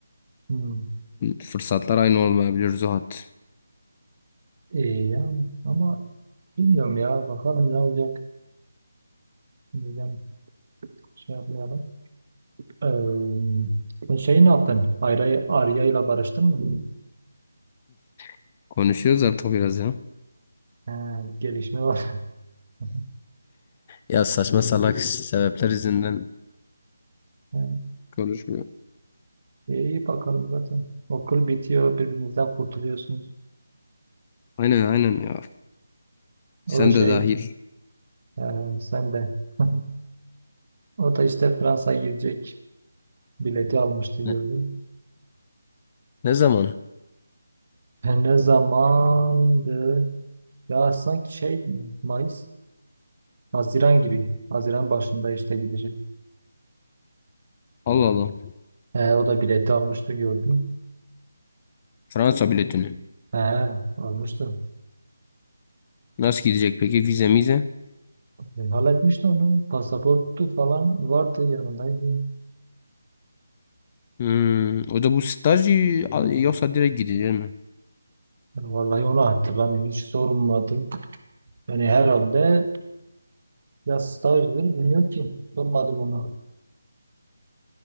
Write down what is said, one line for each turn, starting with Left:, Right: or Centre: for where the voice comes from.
Right: Hmm.
Left: fırsatlar aynı olmayabilir Zuhat.
Right: İyi ya ama bilmiyorum ya bakalım ne olacak. Bilmiyorum, şey yapmayalım. Ee, sen şeyi ne yaptın? Arya, Arya ile barıştın mı?
Left: <laughs> Konuşuyoruz artık biraz ya.
Right: Ha, bir gelişme var. <laughs>
Left: Ya saçma salak sebepler yüzünden
Right: Ha,
Left: konuşmuyor.
Right: iyi bakalım zaten. Okul bitiyor birbirinizden kurtuluyorsunuz.
Left: Aynen aynen ya. Sen
Right: O da şey
Left: de dahil.
Right: e, sen de. <laughs> O da işte Fransa'ya gidecek. Bileti almıştı gördüm.
Left: Ne, ne zaman?
Right: E, ne zamandı? Ya sanki şey Mayıs, Haziran gibi. Haziran başında işte gidecek.
Left: Allah Allah.
Right: He, o da bileti almıştı gördüm.
Left: Fransa biletini.
Right: He, almıştı.
Left: Nasıl gidecek peki? Vize mize?
Right: E, halletmişti onu. Pasaportu falan vardı yanındaydı.
Left: Hmm, o da bu staj y- a- yoksa direkt gidecek mi?
Right: Yani Vallahi onu hatırlamıyorum. Hiç sormadım. Yani herhalde ya stajdır bilmiyorum ki. Sormadım ona.